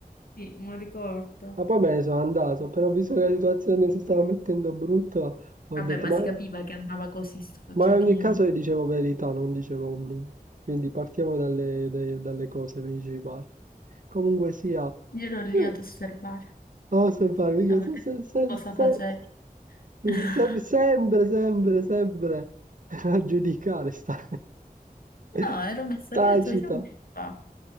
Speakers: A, on the left (about 70°); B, on the right (about 55°).
A: sì, me lo ricordo.
B: Ma poi me ne sono andato, però ho visto che la situazione si stava mettendo brutta, ho
A: Vabbè,
B: detto,
A: ma
B: ma,
A: si capiva che andava così sto giochino.
B: ma in ogni caso io dicevo verità, non dicevo obblighi. Quindi partiamo dalle, dai- dalle cose principali. Comunque sia,
A: Io ero lì
B: eh,
A: ad osservare,
B: no, se, se,
A: a vedere
B: se, se,
A: cosa
B: se,
A: facevi.
B: mi-
A: <laughs>
B: se- sempre, sempre, sempre <laughs> a giudicare sta <laughs>
A: No, ero messa
B: tacita.
A: lì e ho detto, vediamo che fa. No,